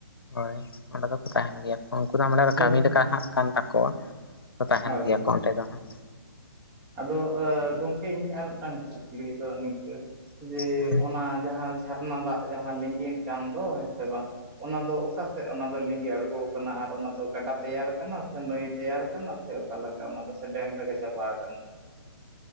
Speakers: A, on the left (about 75°); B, on the right (about 20°).
A: ᱦᱳᱭ ᱚᱸᱰᱮ ᱫᱚᱠᱚ ᱛᱟᱦᱮᱱ ᱜᱮᱭᱟ ᱠᱚ ᱩᱱᱠᱩ ᱫᱚ ᱢᱟᱱᱮ ᱚᱸᱰᱮ
B: ᱦᱳᱭ
A: ᱠᱟᱹᱢᱤ ᱞᱮᱠᱟ ᱦᱟᱸᱜ ᱠᱟᱱ ᱛᱟᱠᱚᱣᱟ᱾ ᱛᱟᱦᱮᱱ
B: ᱦᱳᱭ
A: ᱜᱮᱭᱟ ᱠᱚ ᱚᱸᱰᱮ ᱫᱚ ᱦᱟᱸᱜ᱾
B: ᱟᱫᱚ ᱟᱹ ᱜᱚᱝᱠᱮ ᱤᱧ ᱟᱨ ᱢᱤᱫᱴᱟᱝ ᱠᱩᱠᱞᱤ ᱫᱚ ᱱᱤᱝᱠᱟᱹ, ᱡᱮ
A: ᱦᱮᱸ
B: ᱚᱱᱟ ᱡᱟᱦᱟᱸ ᱡᱷᱟᱨᱱᱟ ᱫᱟᱜ ᱡᱟᱦᱟᱸ ᱞᱤᱸᱜᱤᱱ ᱠᱟᱱ ᱫᱚ ᱦᱮᱸ ᱥᱮ ᱵᱟᱝ? ᱚᱱᱟ ᱫᱚ ᱚᱠᱟ ᱥᱮᱫ ᱚᱱᱟ ᱫᱚ ᱞᱤᱸᱜᱤ ᱟᱬᱜᱳ ᱠᱟᱱᱟ ᱟᱨ ᱚᱱᱟ ᱫᱚ ᱜᱟᱰᱟ ᱛᱮᱭᱟᱨ ᱠᱟᱱᱟ ᱥᱮ ᱱᱟᱹᱭ ᱛᱮᱭᱟᱨ ᱠᱟᱱᱟ ᱥᱮ ᱚᱠᱟᱞᱮᱠᱟ ᱚᱱᱟ ᱫᱚ ᱥᱮ ᱰᱮᱢ ᱨᱮᱜᱮ ᱪᱟᱵᱟ ᱟᱠᱟᱱᱟ?